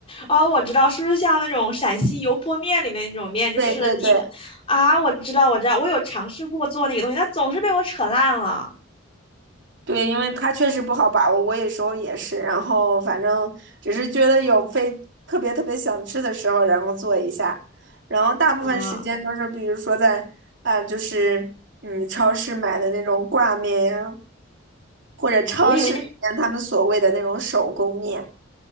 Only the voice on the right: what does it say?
对对对
对，因为它确实不好把握，我有时候也是。然后反正只是觉得有非特别特别想吃的时候，然后做一下。然后大部分时间都是，
比如说在啊、呃就是嗯，超市买的那种挂面呀，或者超市里面他们所谓的那种手工面。